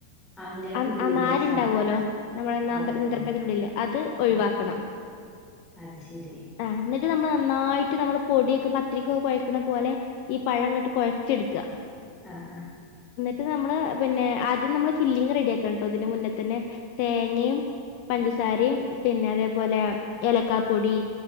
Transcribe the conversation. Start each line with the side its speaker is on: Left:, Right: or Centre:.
Centre: ആ അയിന്റെ
Left: അ
Centre: കുരു കുരു
Left: ആ നാരുണ്ടാവോലോ
Centre: പോലത്തെ സാനം
Left: നമ്മളെ നന്ത്ര
Centre: ആ ഉവ്വ ഉവ്വ
Left: നേന്ത്രപ്പയത്തിന്റുള്ളില്
Centre: ഉവ്വ
Left: അത് ഒഴിവാക്കണം
Centre: ആഹ് ആഹ് അത് ശരി
Left: ആ ന്നിട്ട് നമ്മള് നന്നായിട്ട് നമ്മള് പൊടിയൊക്കെ പത്തിരിക്കൊക്കെ കുഴക്കണ പോലെ ഈ പഴങ്ങട്ട് കോയെച്ചെടുക്ക
Centre: ആഹ് ആഹ
Left: നമ്മള് പിന്നെ ആദ്യം നമ്മള് ഫില്ലിങ് റെഡി ആക്കാണട്ടോ ഇതിന്റെ മുന്നേ തന്നെ തേങ്ങിമം പഞ്ചസാരയും പിന്നെ അതേപോലെ ഏലക്കാപ്പൊടി